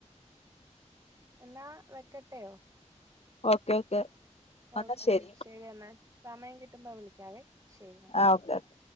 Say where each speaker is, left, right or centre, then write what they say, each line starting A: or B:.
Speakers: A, on the right (about 25°); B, on the left (about 55°).
A: എന്നാ വെക്കട്ടെയോ
B: ഓക്കെ ഓക്കെ
A: ഓക്കെ
B: എന്നാ ശരി
A: ശരിയെന്ന സമയം കിട്ടുമ്പോ വിളിക്കാവേ ശരി എന്നാ
B: ആ ഓക്കെ ഓക്കെ